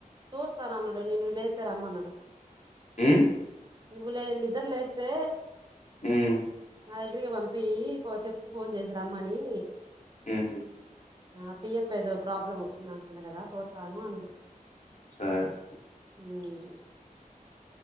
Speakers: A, on the right; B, on the left.
A: చూస్తారా అన్నాడు నేను విలైతేరమ్మనడు
B: మ్
A: నువ్వులే నిద్ర లేస్తే
B: ఉమ్
A: నా దగ్గరికి పంపి ఇ పో చెప్పు ఫోన్ చేసి రమ్మని
B: మ్
A: ఆ పియప్ప ఏదో ప్రాబ్లం అవుతుంది అను సంట కదా సుత్తను అను
B: స
A: మ్